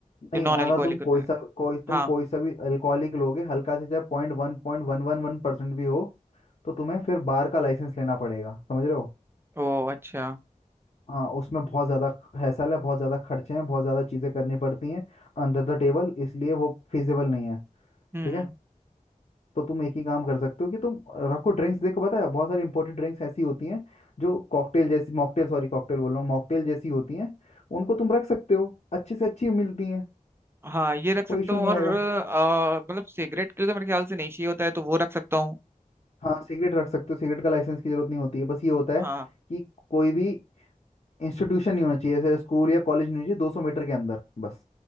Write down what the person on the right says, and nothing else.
जो नॉन
अल्कोहलिक
होता
है
हाँ
ओ अच्छा
हम्म
हम्म।
हाँ ये रख सकता
हूँ
और
अ, मतलब सिगरेट के लिए तो मेरे ख्याल से नहीं चाहिए होता है तो वो रख सकता हूँ
हाँ